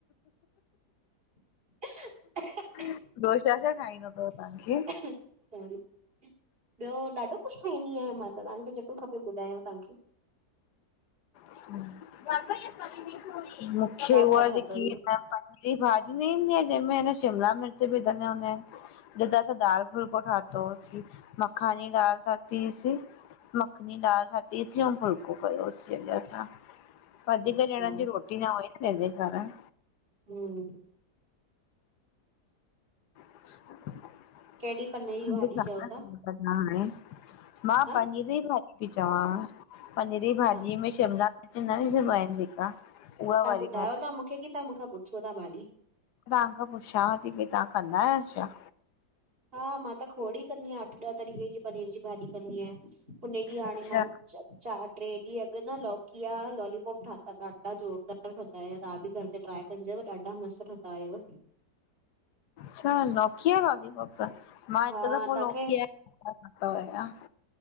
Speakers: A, on the right; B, on the left.
A: <unintelligible>
B: ॿियो छा- छा ठाइण ईंदो अथव तव्हांखे?
A: आहे सॉरी ॿियो ॾाढो कुझु ठाहींदी आहियां मां त तव्हांखे जेको खपे ॿुधायांव तव्हांखे।
B: हम्म <unintelligible> <unintelligible> मूंखे
A: तव्हां
B: उहा
A: छा ठातो
B: जेकी लिखी
A: इहो?
B: पांजी। हे भाॼी न ईंदी आहे जहिंमें शिमला मिर्च विधल हूंदा आहिनि। असां त दाल फुलको ठातो होसीं, मखानी दाल ठातीहुईसिं मखनी दाल खाधीसीं अऊं फुलको कयोसीं अॼु असां। वधीक
A: अच्छा
B: ॼणनि जी रोटी न हुई न तेंजे कारण
A: हम्म।
B: <unintelligible>
A: कहिड़ी पनीर जी भाॼी
B: छा
A: चओ था?
B: कंदा हाणे मां
A: हा
B: पनीर जी भाॼी ती चवांव पनीर जी भाॼी
A: हा
B: में शिमला अॼु नईं सुभायईं जेका उहा
A: त तां
B: वारी
A: ॿुधायो
B: भाॼी
A: ता कि मुखे की मूंखां पुछो था भाॼी?
B: तांखां पुछांव थी भई तां कंदा आहियो छा?
A: हा मां त खोड़ ई कंदी आहियां अठ ॾह तरीक़े जी पनीर जी भाॼी कंदी आहियां, उन ॾींहुं
B: अच्छा
A: हाणे मां चारि टे ॾींहं अॻु न लौकिया लॉलीपॉप ठाता, ॾाढा ज़ोरदार ठहंदाया तवां बि घर ते ट्राय मुंजा बि ॾाढा मस्तु ठवंदा अयव।
B: त लौकीय जा लॉलीपॉप मां
A: हा
B: हिकु दफ़ो
A: तव्हांखे
B: लौकीय <unintelligible> खादा हुया।